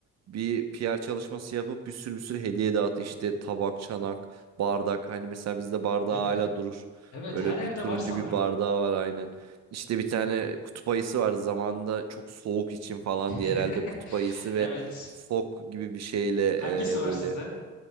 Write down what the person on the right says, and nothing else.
bir PR çalışması yapıp bir sürü bir sürü hediye dağıt işte tabak, çanak, bardak hani mesela bizde bardağı
hala durur.
Böyle
bir turuncu
bir bardağı var aynen. İşte bir tane kutup ayısı vardı zamanında çok soğuk için falan
diye herhalde kutup ayısı
ve fok gibi bir şeyle
e,
böyle